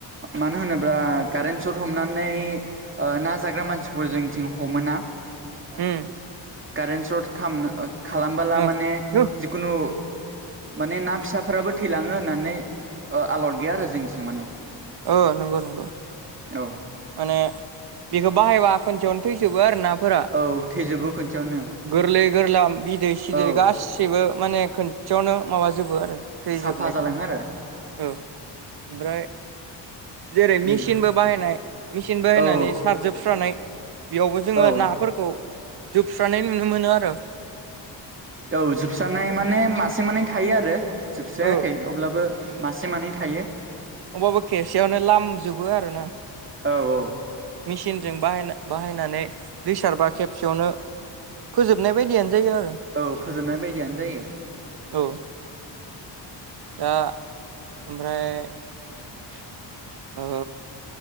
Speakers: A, on the right; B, on the right.
A: मानो होनोब्ला कारेन सर्ट हमनानै ना जाग्रा मानसिफोर जोंथिं हमो ना
B: उम
A: कारेन्ट सर्ट खालाम खालामबोला
B: उम
A: माने जिखुनु माने ना फिसाफोराबो थैलाङो होननानै आलद गैया आरो जोंनिथिं माने
B: औ नंगौ नंगौ
A: औ
B: माने बेखौ बाहायबा खनसेयावनो थैजोबो आरो ना फोरा
A: औ थैजोबो खनसेयावनो
B: गोरलै गोरलाम बिदै सिदै
A: औ
B: गाससिबो सैबो माने खोनसेयावनो माबाजोबो आरो थैजोबनायखौ
A: साफा जालाङो
B: न
A: आरो
B: औ ओमफ्राय जेरै
A: उम
B: मेचिनबो बाहायनाय मेचिन बाहायनानै
A: औ
B: सारजोबस्रानाय बेयावबो जोङो
A: औ
B: नाफोरखौ जोबस्रानाय नुनो मोनो आरो
A: औ जोबस्रानाय माने मासे मानै थायो आरो जोबस्रायाखै
B: ओ
A: अब्लाबो मासे मानै थायो
B: अबावबा खेबसेयावनो लामजोबो आरो ना
A: औ औ
B: मेसिनजों बाहाय बाहायनानै दैसारबा खेबसेयावनो फोजोबनाय बायदियानो जायो आरो
A: औ फोजोबनाय बायदियानो जायो
B: औ दा ओमफ्राय
A: <unintelligible>
B: ओ